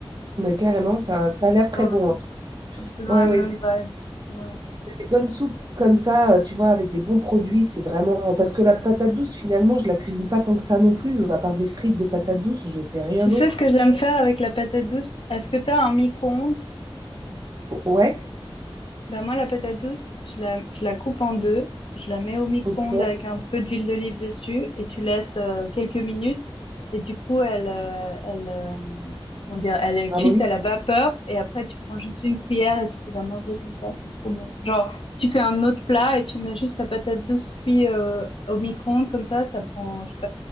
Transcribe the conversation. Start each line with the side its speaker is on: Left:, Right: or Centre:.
Right: mais carrément, ça, ça a l'air
Left: C'est
Right: très
Left: dans
Right: bon.
Left: la,
Right: hein.
Left: un peu dans
Right: Ouais,
Left: la
Right: ouais,
Left: même vibe. Ouais.
Right: Des bonnes soupes comme ça, euh, tu vois, avec des bons produits, c'est vraiment... Parce que la patate douce, finalement, je la cuisine pas tant que ça non plus. À part des frites de patate douce, je fais rien
Left: Tu
Right: d'autre.
Left: sais ce que j'aime faire avec la patate douce? Est-ce que t'as un micro-ondes?
Right: O- Ouais,
Left: Ben moi, la patate douce, je la, je la coupe en deux, je la mets au micro-ondes
Right: ok,
Left: avec un peu d'huile d'olive dessus et tu laisses euh, quelques minutes. Et du coup, elle, euh, elle, euh, comment dire, elle est cuite
Right: ramolli.
Left: à la vapeur et après, tu prends juste une cuillère et tu peux la manger comme ça, c'est trop bon. Genre, si tu fais un autre plat et tu mets juste ta patate douce cuite euh, au micro-ondes comme ça, ça prend, je sais